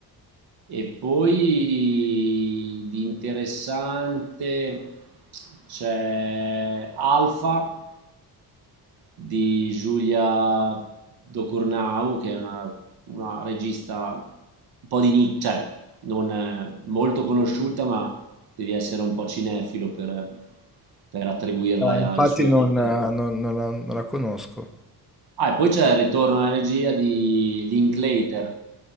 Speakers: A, on the right; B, in the centre.
A: E poi di interessante c'è Alfa di Giulia Docurnau, che è una, una regista un po' di nicchia, cioè non eh, molto conosciuta, ma devi essere un po' cinefilo per, per attribuirla
B: infatti
A: alle sue
B: non,
A: opere.
B: eh, non- non la, non la conosco.
A: Ah, e poi c'è il ritorno alla regia di Linklater,